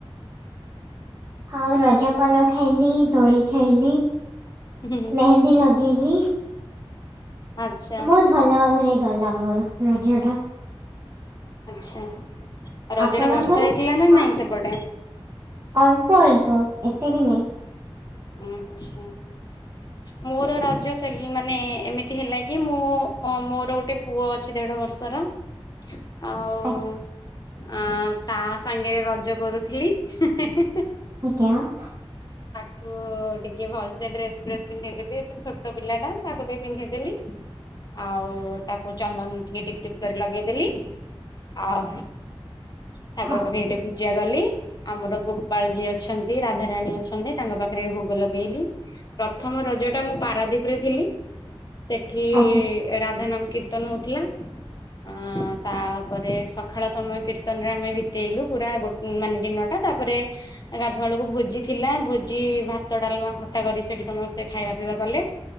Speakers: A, on the right; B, on the left.
A: ଆଉ ରଜପାନ ଖାଇନି ଦୋଳି ଖେଳିନି
B: ହୁଁ ହୁଁ
A: ମେହେନ୍ଦୀ ଲଗେଇଲି।
B: ଆଚ୍ଛା
A: ବହୁତ ଭଲ ଭାବରେ ଗଲା ମୋର ରଜ ଟା।
B: ଆଛା ରଜରେ
A: ଆପଣଙ୍କର
B: ବର୍ଷା ହେଇଥିଲା ନା
A: ହଁ
B: ନାଇଁ ସେପଟେ
A: ଅଳ୍ପ ଅଳ୍ପ ଏତେ ବି ନାଇ।
B: ଆଛା। ମୋର ରଜ ସେ ମାନେ ଏମିତି ହେଲା କି ମୁଁ ମୋର ଗୋଟେ ପୁଅ ଅ ଦେଢ ବର୍ଷର ଆଉ
A: ଆ-
B: ଆ ତା ସାଙ୍ଗରେ ରଜ କରୁଥିଲି ହେଁ ହେଁ ହେଁ।
A: <unintelligible>
B: ତ ଟିକେ ଭଲ ସେ ଡ୍ରେସ ଫ୍ରେସ ପିନ୍ଧେଇଦେଲି ଛୋଟ ପିଲା ଟା ତାକୁ ଟିକେ ପିନ୍ଧେଇଦେଲି ଆଉ ତାକୁ ଚନ୍ଦନ ଟିକେ ଟିପଟିପ କରି ଲଗେଇଦେଲି। ଆଉ ଠାକୁର
A: ହଁ
B: ପାଖେରେ ଟିକେ ପୂଜା କଲି ଆମର ଗୋପାଳଜୀ ଅଛନ୍ତି ରାଧାରାଣୀ ଅଛନ୍ତି। ତାଙ୍କ ପାଖରେ ଭୋଗ ଲଗେଇଲି ପ୍ରଥମ ରଜ ଟା ମୁଁ ପାରାଦୀପ ରେ ଥିଲି ସେଠି
A: ଆଜ୍ଞା
B: ରାଧା ନାମ କୀର୍ତ୍ତନ ହଉଥିଲା ଅ ତାପରେ ସକାଳ ସମୟ କୀର୍ତ୍ତନରେ ଆମେ ବିତେଇଲୁ ପୁରା ଗୋ ମାନେ ଦିନଟା। ତାପରେ ଗାଧୁଆ ବଳକୁ ଭୋଜି ଥିଲା ଯେ ଭାତ ଡାଲମା ଖଟା କରି ସେଠି ସମସ୍ତେ ଖାଇବା ପିଇବା କଲେ।